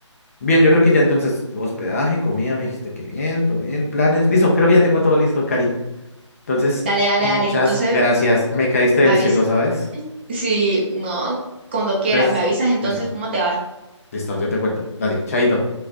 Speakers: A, on the left (about 30°); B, on the right (about 20°).
A: Bien, yo creo que ya entonces hospedaje, comida, me dijiste que bien, todo bien, planes. Listo, creo que ya tengo todo listo, Cari. Entonces,
B: Dale, dale,
A: muchas
B: dale. Entonces
A: gracias. Me caíste
B: me
A: del
B: avisa.
A: cielo, ¿sabes?
B: Si no, cuando quieras,
A: Entonces,
B: me avisas entonces
A: listo,
B: cómo te va.
A: listo, yo te cuento. Dale, chaito.